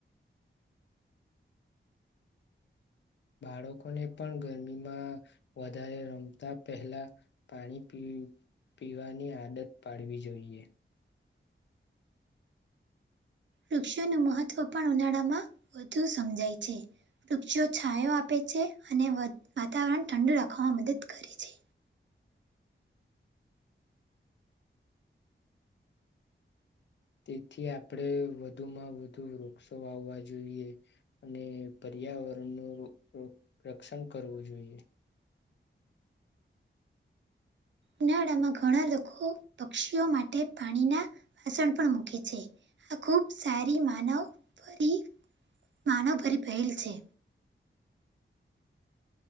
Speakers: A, on the left; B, on the right.
A: બાળકોને પણ ગરમીમાં વધારે રમતા પહેલા પાણી પી પીવાની આદત પાડવી જોઈએ.
B: વૃક્ષોનું મહત્વ પણ ઉનાળામાં વધુ સમજાય છે. વૃક્ષો છાાયો આપે છે અને વાતાવરણ ઠંડુ રાખવામાં મદદ કરે છે.
A: તેથી આપણેે વધુમાં વધુ વૃક્ષો વાવવા જોઈએ અને પરી પર્યાવરણનું રક્ષણ કરવું જોઈએ.
B: ઉનાળામાં ઘણા લોકો પક્ષીઓ માટે પાણીના વાસણ પણ મૂકે છે આ ખુબ સારી માનવભરી માનવભરી પહેલ છે.